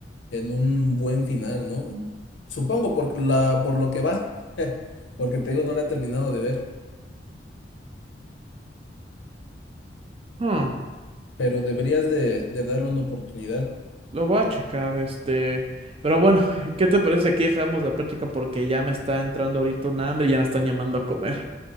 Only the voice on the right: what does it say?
Ujú.
Lo voy a checar, este. Pero bueno, <laughs> ¿qué te parece? Aquí dejamos la práctica porque ya me está entrando ahorita un hambre y ya me están llamando a comer.